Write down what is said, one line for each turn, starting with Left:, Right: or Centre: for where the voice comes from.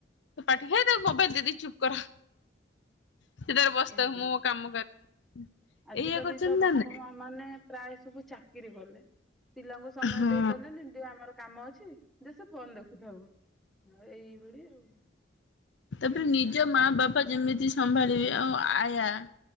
Left: ତ ପାଠ ହେ ତ ମୋବାଇଲ ଦେଇ ଦେଇ ଚୁପ କରା।
Centre: <inaudible>
Left: ସେଥିରେ ବସିଥାଉ
Centre: ଆଜ୍ଞା
Left: ମୁଁ ମୋ କାମ କରେ। ଏଇଆ
Centre: ଆଜିକାଲି
Left: କରୁଛନ୍ତି
Centre: ତ ବାପା
Left: ନା ନାଇଁ।
Centre: ମା ମାନେ ପ୍ରାୟ ସବୁ ଚାକିରି କଲେ। ପିଲାଙ୍କୁ ସମୟ
Left: ହଁ
Centre: ଦେଇ ପାରିଲେନି ଦେ ଆମର କାମ ଅଛି ଦେ ସେ ଫୋନ ଦେଖୁଥାଉ। ହଁ ଏଇ ଭଳିି ଆଉ।
Left: ତାପରେ ନିଜ ମା ବାପା ଯେମିତି ସମ୍ଭାଳିବେ ଆଉ ଆୟା